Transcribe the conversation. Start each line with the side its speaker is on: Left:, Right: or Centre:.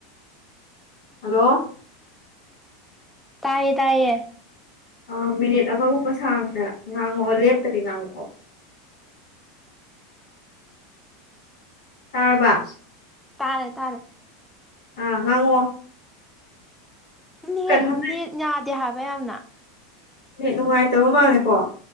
Left: ꯍꯜꯂꯣ
Centre: ꯇꯥꯏꯌꯦ ꯇꯥꯏꯌꯦ
Left: ꯑꯥ ꯃꯤꯅꯤꯠ ꯑꯃꯒꯨꯝꯕ ꯁꯥꯡꯇꯅ ꯉꯥꯡꯉꯛꯑꯣ ꯂꯦꯞꯇꯕꯤ ꯉꯥꯡꯉꯛꯑꯣ ꯇꯔꯕꯥ
Centre: ꯇꯥꯔꯦ ꯇꯥꯔꯦ
Left: ꯑ ꯉꯉꯣ
Centre: ꯅꯦ
Left: ꯍꯟꯗꯛ
Centre: ꯅꯦꯠ ꯌꯥꯗꯦ ꯍꯥꯏꯕ ꯌꯥꯝꯅ
Left: ꯍ ꯅꯨꯡꯉꯥꯏꯇꯕ ꯃꯥꯜꯂꯦꯀꯣ